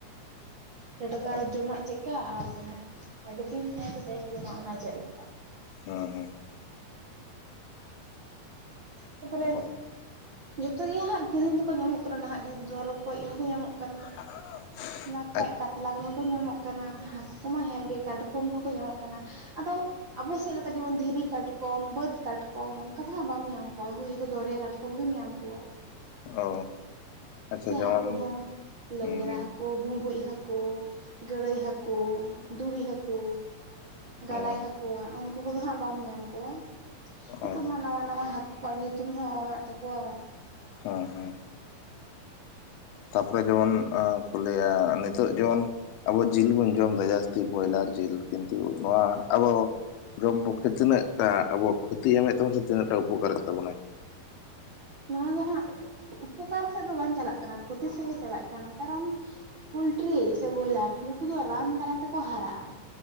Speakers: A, on the right (about 55°); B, on the left (about 85°).
A: ᱴᱟᱴᱠᱟ
B: ᱚ
A: ᱡᱚᱢᱟᱜ ᱪᱮᱫᱠᱟ ᱟᱨ ᱡᱟᱦᱟᱸ ᱟᱹᱰᱤ ᱫᱤᱱ ᱛᱟᱦᱮᱸ ᱠᱟᱛᱮ ᱮᱢ ᱡᱚᱢᱟ ᱚᱱᱟ ᱪᱮᱫ ᱞᱮᱠᱟ
B: ᱦᱮᱸ ᱦᱩᱸ
A: ᱛᱟᱨᱯᱚᱨᱮ
B: ᱚ
A: ᱡᱚᱛᱚ ᱜᱮ ᱦᱟᱸᱜ ᱠᱤᱨᱤᱧ ᱫᱚᱠᱚ ᱧᱟᱢᱚᱜ ᱠᱟᱱᱟ ᱱᱟᱦᱟᱜ ᱡᱩᱜᱽ ᱫᱚ ᱨᱚᱠᱚᱡ ᱦᱚᱸᱠᱚ ᱧᱟᱢᱚᱜ ᱠᱟᱱᱟ᱾
B: <unintelligible>
A: ᱠᱷᱟᱡ ᱠᱟᱛᱞᱟ ᱠᱚᱦᱚᱸ ᱠᱚ ᱧᱟᱢᱚᱜ ᱠᱟᱱᱟ ᱦᱟᱹᱠᱩ ᱠᱚᱢᱟ ᱦᱮᱸ ᱜᱮ ᱠᱟᱴᱠᱚᱢ ᱦᱚᱸᱠᱚ ᱧᱟᱢᱚᱜ ᱠᱟᱱᱟ ᱟᱫᱚ ᱟᱵᱚ ᱥᱮᱫ ᱞᱮᱠᱟ ᱡᱮᱢᱚᱱ ᱫᱷᱤᱨᱤ ᱠᱟᱴᱠᱚᱢ ᱵᱟᱹᱫᱽ ᱠᱟᱴᱠᱚᱢ ᱚᱱᱠᱟ ᱫᱚ ᱦᱟᱸᱜ ᱵᱟᱢ ᱧᱟᱢ ᱠᱚᱣᱟ ᱩᱱᱠᱩ ᱡᱷᱚᱛᱚ ᱫᱚᱨᱭᱟ ᱠᱟᱴᱠᱚᱢ ᱠᱚᱢ ᱜᱮᱢ ᱧᱟᱢ ᱠᱚᱣᱟ
B: ᱚ ᱟᱪᱪᱷᱟ
A: ᱥᱮ
B: ᱡᱮᱢᱚᱱ
A: ᱦᱟᱠᱩ ᱦᱚᱸ ᱞᱮᱡᱨᱟ
B: ᱦᱩᱸ ᱦᱩᱸ
A: ᱦᱟᱠᱩ ᱦᱟᱹᱠᱩ, ᱵᱩᱢᱵᱩᱡ ᱦᱟᱹᱠᱩ, ᱜᱟᱹᱲᱟᱹᱭ ᱦᱟᱹᱠᱩ, ᱫᱷᱩᱲᱤ ᱦᱟᱹᱠᱩ ᱜᱟᱞᱟᱭ
B: ᱚ
A: ᱦᱟᱹᱠᱩ ᱦᱟᱸᱜ ᱩᱱᱠᱩ ᱠᱚᱫᱚ ᱦᱟᱸᱜ ᱵᱟᱢ ᱧᱟᱢ ᱠᱚᱣᱟ᱾ ᱱᱤᱛᱚᱜ
B: ᱚ
A: ᱢᱟ ᱱᱟᱣᱟ ᱱᱟᱣᱟ ᱦᱟᱹᱠᱩ ᱟᱠᱚᱣᱟᱜ ᱧᱩᱛᱩᱢ ᱦᱚᱸ ᱢᱮᱱᱟᱜ ᱛᱟᱠᱚᱣᱟ
B: ᱦᱚᱸ ᱦᱚᱸ ᱛᱟᱨᱯᱚᱨᱮ ᱡᱮᱢᱚᱱ ᱠᱚ ᱞᱟᱹᱭᱟ ᱱᱤᱛᱚᱜ ᱡᱮᱢᱚᱱ ᱟᱵᱚ ᱡᱤᱞ ᱵᱚᱱ ᱡᱚᱢ ᱮᱫᱟ ᱡᱟᱹᱥᱛᱤ ᱵᱚᱭᱞᱟᱨ ᱡᱤᱞ ᱠᱤᱱᱛᱩ ᱱᱚᱣᱟ ᱟᱵᱚ ᱡᱚᱢ ᱯᱚᱠᱠᱷᱮ ᱛᱤᱱᱟᱹᱜ ᱟ ᱟᱵᱚ ᱠᱷᱚᱛᱤ ᱮᱢᱮᱫ ᱛᱟᱵᱚ ᱥᱮ ᱛᱤᱱᱟᱹᱜ ᱴᱟ ᱩᱯᱚᱠᱟᱨᱮᱫ ᱛᱟᱵᱚᱱᱟᱭ
A: ᱱᱚᱣᱟ ᱫᱚ ᱦᱟᱸᱜ ᱩᱯᱚᱠᱟᱨ ᱥᱮᱫ ᱫᱚ ᱵᱟᱝ ᱪᱟᱞᱟᱜ ᱠᱟᱱᱟ ᱠᱷᱚᱛᱤ ᱥᱮᱫ ᱜᱮ ᱪᱟᱞᱟᱜ ᱠᱟᱱᱟ ᱠᱟᱨᱚᱱ ᱯᱚᱞᱴᱨᱤ ᱥᱮ ᱵᱚᱭᱞᱟᱨ ᱱᱩᱠᱩ ᱫᱚ ᱨᱟᱱ ᱫᱟᱨᱟᱭ ᱛᱮᱠᱚ ᱦᱟᱨᱟᱜᱼᱟ᱾